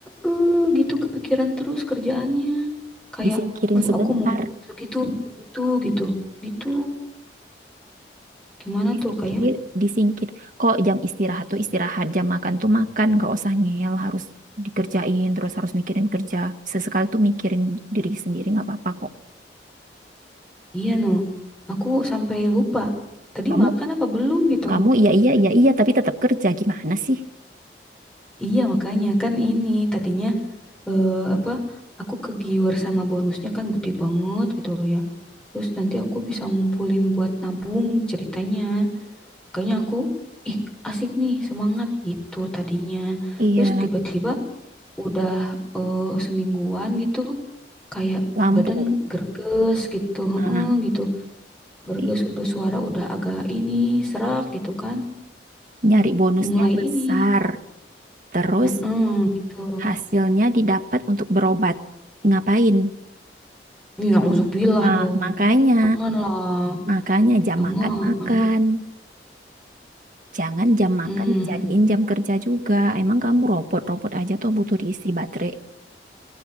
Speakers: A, in the centre; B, on the right.
A: eh gitu kepikiran terus kerjaannya. Kayak,
B: Disingkirin
A: duh
B: sebentar.
A: aku mau segitu, mau segitu gitu. Gitu, gimana
B: Disingkir,
A: tuh kayak,
B: disingkir. Kok jam istirahat tuh istirahat, jam makan tuh makan, nggak usah ngeyel, harus dikerjain, terus harus mikirin kerja. Sesekali tuh mikirin diri sendiri nggak apa-apa kok.
A: iya no, aku sampai lupa. Tadi
B: Kamu,
A: makan apa belum gitu?
B: kamu iya iya iya iya, tapi tetap kerja gimana sih?
A: Iya makanya kan ini tadinya eh, apa aku kegiur sama bonusnya kan gede banget gitu ya. Terus nanti aku bisa ngumpulin buat nabung ceritanya. Makanya aku, ih asik nih, semangat gitu tadinya.
B: Iya,
A: Terus tiba-tiba udah eh, semingguan gitu, kayak
B: lampu.
A: badan gerges gitu, heeh
B: Ah,
A: gitu. Gerges
B: i-
A: udah suara udah agak ini serak gitu kan.
B: nyari bonusnya
A: Mulai
B: besar.
A: ini,
B: Terus
A: heeh gitu.
B: Hasilnya didapat untuk berobat. Ngapain?
A: Ya, uzubillah
B: Nah,
A: dong.
B: makanya,
A: Janganlah,
B: makanya jam
A: jangan.
B: makan makan. Jangan jam makan
A: Hmm,
B: dijadiin jam kerja juga. Emang kamu robot-robot aja tuh butuh diisi baterai.